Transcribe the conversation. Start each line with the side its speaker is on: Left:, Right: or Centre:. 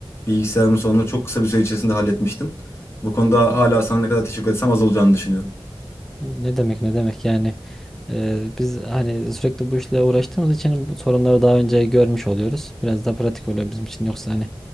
Left: bilgisayarımın sorununu çok kısa bir süre içerisinde halletmiştin. Bu konuda hala sana ne kadar teşekkür etsem az olacağını düşünüyorum.
Centre: Ne demek ne demek yani Eee, biz hani sürekli bu işle uğraştığımız için bu sorunları daha önce görmüş oluyoruz. Biraz daha pratik oluyor bizim için yoksa hani